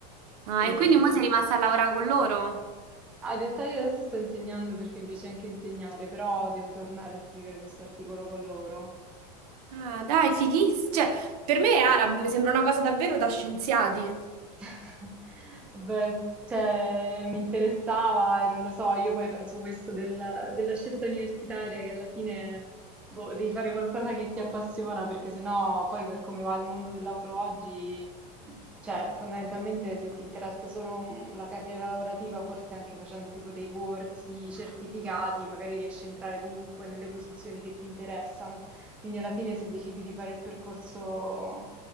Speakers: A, on the right (about 65°); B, in the centre.
A: Ah,
B: e...
A: e quindi mo sei rimasta a lavorare con loro?
B: Ah, in realtà io adesso sto insegnando perché mi piace anche insegnare, però devo tornare a scrivere questo articolo con loro.
A: Ah, dai, fighissimo. Cioè, per me è arabo, mi sembra una cosa davvero da scienziati.
B: <laughs> Vabbè, cioè, mi interessava e non lo so, io poi penso questo del- della scelta universitaria che alla fine boh, devi fare qualcosa che ti appassiona perché sennò poi per come va il mondo del lavoro oggi, cioè fondamentalmente se ti interessa solo mm, la carriera lavorativa, forse anche facendo tipo dei corsi certificati, magari riesci a entrare comunque nelle posizioni che ti interessano. Quindi alla fine se decidi di fare il percorso